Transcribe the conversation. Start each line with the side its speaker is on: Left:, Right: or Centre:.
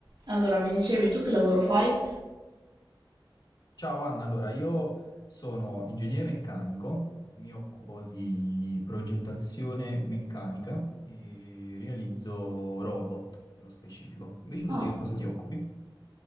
Right: Allora, mi dicevi tu che lavoro fai?
Left: Ciao Anna, allora io sono ingegnere meccanico, mi occupo di progettazione meccanica e realizzo robot nello specifico. Invece tu
Right: Ah,
Left: di che cosa ti occupi?